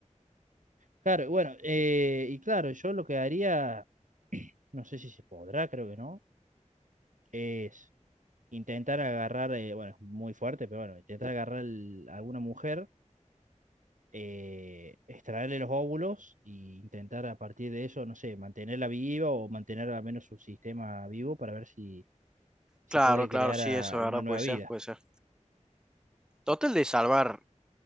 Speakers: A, on the right (about 80°); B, in the centre.
A: Claro, bueno, eh, y claro, yo lo que haría, no sé si se podrá, creo que no, es intentar agarrar, eh, bueno, es muy fuerte, pero bueno, intentar agarrar el- a alguna mujer eh, extraerle los óvulos e intentar a partir de eso, no sé, mantenerla viva o mantener al menos su sistema vivo para ver si, si
B: Claro,
A: puede
B: claro,
A: crear
B: sí,
A: a
B: eso es
A: una
B: verdad,
A: nueva
B: puede
A: vida.
B: ser, puede ser. Total de salvar